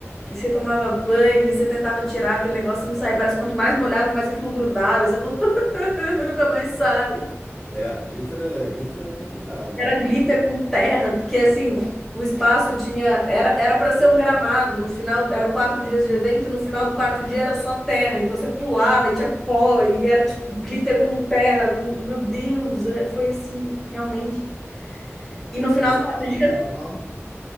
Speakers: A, in the centre; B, on the left.
A: e você tomava banho, e você tentava tirar aquele negócio e não saía, parece que quanto mais molhava, mais aquilo grudava, e você falou, <laughs> nunca mais sai.
B: É, glitter é, glitter é complicado.
A: Era glitter com terra, porque assim, o espaço tinha, era era para ser um gramado, no final, eram quatro dias de evento, no final do quarto dia era só terra, então você pulava e tinha pó, e era tipo glitter com terra, com, meu Deus, é, foi assim, realmente. E no final
B: Você se
A: do quarto
B: amarra
A: dia
B: em carnaval?